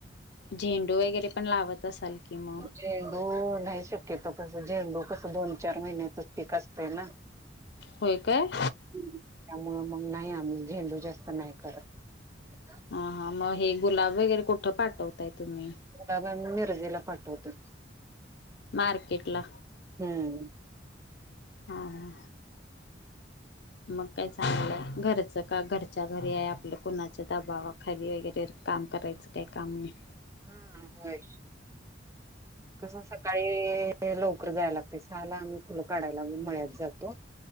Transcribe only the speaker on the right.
झेंडू नाही शक्यतो कस झेंडू कसं दोन चार महिन्याच पीक असतय ना
त्यामूळ म नाही आम्ही झेंडू जास्त नाही करत
गुलाब आणि <unintelligible> <unintelligible> पाठवतोय
हम् <unintelligible>
हम् होय कस सकाळी लवकर जायला लागतय सहाला आ फुल काढायला मी मळ्यात जातो.